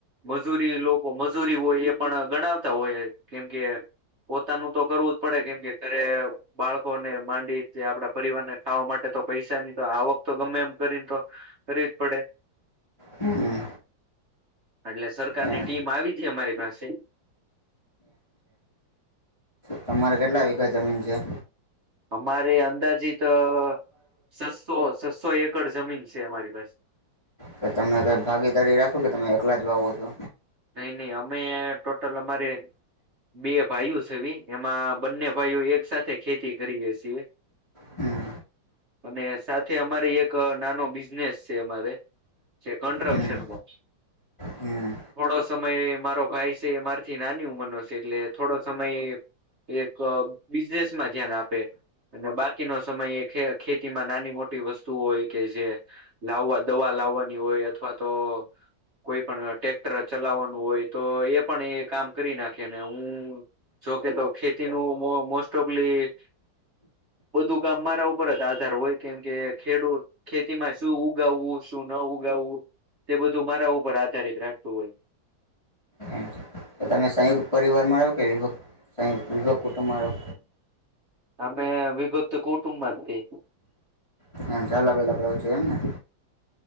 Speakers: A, on the right; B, on the left.
A: મજૂરી લોકો મજૂરી હોય એ પણ ગણાવતા હોય કેમકે પોતાનું તો કરવું જ પડે કેમ કે ઘરે બાળકોને માંડી છે આપડા પરિવાર ને ખાવા માટે તો પૈસાની તો આવક તો ગમે એમ કરીને તો કરવી જ પડે.
B: હમ
A: એટલે સરકારની
B: એમ
A: ટીમ આવી હતી અમારી પાસે.
B: તમારે કેટલા વીઘા જમીન છે.
A: અમારે અંદાજી તો સસો સસ્સો એકડ જમીન છે અમારી પાસે.
B: તો તમમે કઈ ભાગીદારી રાખો કે તમે એકલા જ વાવો છો.
A: નઈ નહી અમે ટોટલ અમારે બે ભાઈઓ છેવી એમાં બંને ભાઈઓ એક સાથે ખેતી કરીએ છીએ.
B: હમ.
A: અને સાથે અમારે એક નાનો બિઝનેસ છે અમારે છે કન્સ્ટ્રક્શન
B: હમ
A: નો
B: હમ.
A: થોડો સમય મારો ભાઈ છે મારીથી નાની ઉંમરનો છે એટલે થોડો સમય એક બિઝનેસમાં ધ્યાન આપે અને બાકીનો સમય ખેતીમાં નાની મોટી વસ્તુઓ હોય કે જે લાવવા દવા લાવવાની હોય અથવા તો કોઈ પણ ટેક ટ્રેક્ટર ચલાવવાનું હોય તો એ પણ એ કામ કરી નાખે ને હું. જોકે તો ખેતીનું મોસ્ટઓફલી બધું કામ મારા ઉપર જ આધાર હોય કેમ કે ખેડૂત ખેતીમાં શું ઉગાવવું, શું ન ઉગાવું તે બધું મારા ઉપર આધારિત રાખતું હોય.
B: એમ છે તમે સંયુક્ત પરિવારમાં રહો કે વિભક્ત વિભ કુટુંબમાં રહો.
A: અમે વિભક્ત કુટુંબમાં જ તય
B: એમ અલગ‌અલગ લવ છો એમ ને.